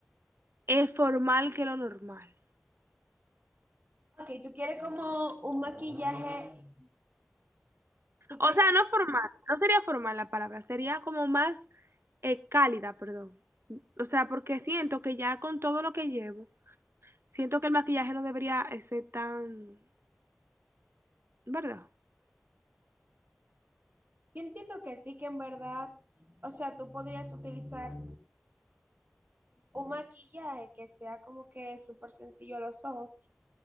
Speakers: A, on the right; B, on the right.
A: eh, formal que lo normal.
B: Ok, ¿tú quieres como un maquillaje? ¿Tú
A: O
B: quieres?
A: sea, no formal, no sería formal la palabra, sería como más eh, cálida, perdón. O sea, porque siento que ya con todo lo que llevo, siento que el maquillaje no debería eh, ser tan, ¿verdad?
B: Yo entiendo que sí, que en verdad, o sea, tú podrías utilizar un maquillaje que sea como que súper sencillo a los ojos